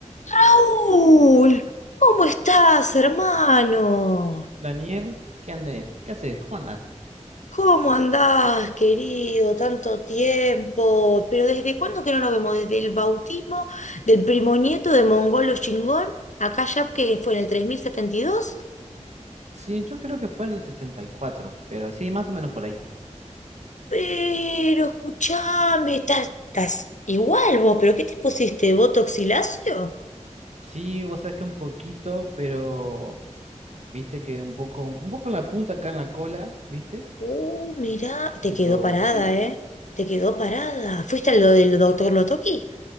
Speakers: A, on the left; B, on the right.
A: Raúl, ¿cómo estás, hermano?
B: Daniel, ¿qué andes? ¿Qué haces? ¿Cómo andas?
A: ¿Cómo andás, querido? Tanto tiempo. Pero ¿desde cuándo que no nos vemos? Desde el bautismo del primo nieto de Mongolo Chingón, acá ya que fue en el 3072.
B: Sí, yo creo que fue en el 74, pero sí, más o menos por ahí.
A: Pero escuchame, estás, estás igual vos, pero ¿qué te pusiste? ¿Botox y lacio?
B: Sí, vos sabés que un poquito, pero viste que un poco, un poco en la punta acá en la cola, ¿viste?
A: Uh, mirá, te
B: Pero
A: quedó parada,
B: sí,
A: ¿eh? Te quedó parada. ¿Fuiste a lo del doctor
B: sí,
A: Lotoki?